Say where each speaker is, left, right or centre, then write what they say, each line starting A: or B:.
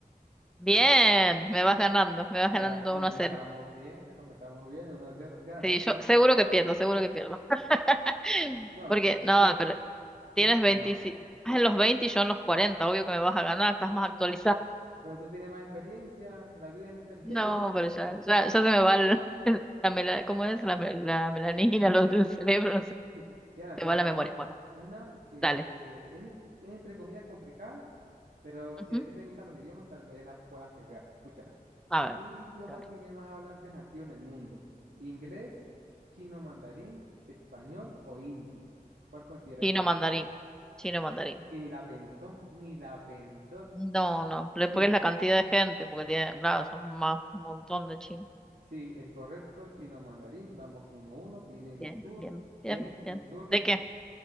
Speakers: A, on the right; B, in the centre.
A: Siento...
B: Bien, me vas
A: Ah,
B: ganando, me vas
A: ah,
B: ganando
A: ya comenzamos
B: uno a cero.
A: bien, ya comenzamos bien, 1 cero. Te voy a lanzar
B: Sí, yo
A: una...
B: seguro que pierdo, seguro que pierdo. <laughs>
A: No,
B: Porque,
A: yo, yo,
B: no, pero tienes
A: yo creo
B: 25,
A: que no.
B: estás en los 20 y yo en los 40. obvio que me vas a ganar, estás más actualizado.
A: Pero tú tienes más experiencia, la vida es la experiencia.
B: No, pero
A: <laughs>
B: ya, ya, ya se me va el- el- la, mela- ¿cómo es? La, mel- la melanina, lo del cerebro, no sé,
A: Te voy a lanzar
B: se va
A: una,
B: la memoria. Bueno,
A: una que
B: dale.
A: es, entre comillas, complicada, pero si
B: Ujú,
A: a ti te gustan los idiomas, tal vez la puedas pegar. Escúchala.
B: A ver,
A: ¿Qué idioma
B: dale.
A: tiene más hablantes nativos en el mundo? ¿Inglés, chino mandarín, español o hindi? ¿Cuál considera
B: Chino
A: que es?
B: mandarín, chino mandarín.
A: Y que ni la pensó, ni la pensó.
B: No, no, pero
A: <laughs>
B: es porque es la cantidad de gente, porque tiene, claro, son más un montón de chinos.
A: Sí, es correcto, chino mandarín. Vamos uno a uno. Viene
B: Bien,
A: mi tour,
B: bien, bien,
A: viene
B: bien.
A: mi turno.
B: ¿De qué?